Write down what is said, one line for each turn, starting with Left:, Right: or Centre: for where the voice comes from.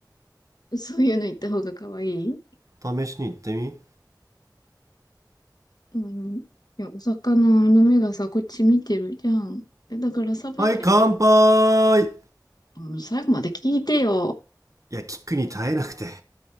Left: そういうの言った方が可愛い
Right: 試しに行ってみ。
Left: うん。いや、お魚の目がさ、こっち見てるじゃん。えだからさばけない。
Right: はい、乾杯い
Left: うん、最後まで聞いてよ。
Right: や、キックに耐えなくて。